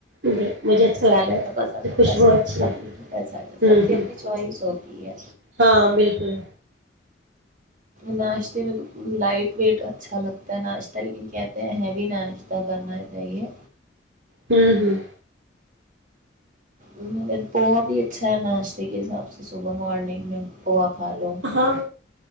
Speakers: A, on the right (about 70°); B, on the right (about 45°).
A: نہیں مجھے اچھا
B: سیالڈ
A: لگتا ہے اس
B: تو پسندنا
A: کی خوشبو
B: چاہتا
A: اچھی
B: سبتا
A: ہوتی ہے
B: سب
A: ہوں
B: کی
A: ہوں
B: اپنی چوائس ہوتی ہے
A: ہاں بالکل
B: ناشتے میں تو لائٹ ویٹ اچھا لگتا ہے ناشتہ لیکن کہتے ہیں ہیوی ناشتہ کرنا چاہیے
A: ہوں ہوں
B: مگر پوہا بھی اچھا ہے ناشتے کے حساب سے صبح مارورننگ میں پہا کھ لو
A: ہاں